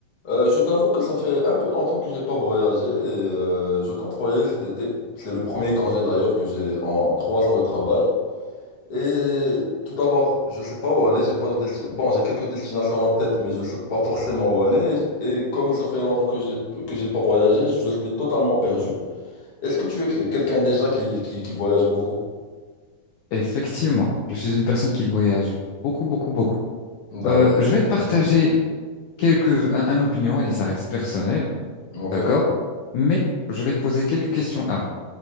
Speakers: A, on the left; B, on the left.
A: Euh, je t'avoue que ça fait un peu longtemps que j'ai pas voyagé et euh, je compte voyager cet été. C'est le premier congé d'ailleurs que j'ai en trois ans de travail. Et tout d'abord, je sais pas où aller, j'ai pas de destination. Bon, j'ai quelques destinations en tête, mais je sais pas forcément où aller. Et comme ça fait longtemps que j'ai que j'ai pas voyagé, je suis totalement perdu. Est-ce que tu es que- quelqu'un déjà qui, qui, qui voyage beaucoup?
B: Effectivement, je suis une personne qui voyage beaucoup, beaucoup, beaucoup.
A: D'accord.
B: Euh, je vais te partager quelques, un, un opinion et ça reste personnel,
A: Ok.
B: d'accord? Mais je vais te poser quelques questions avant.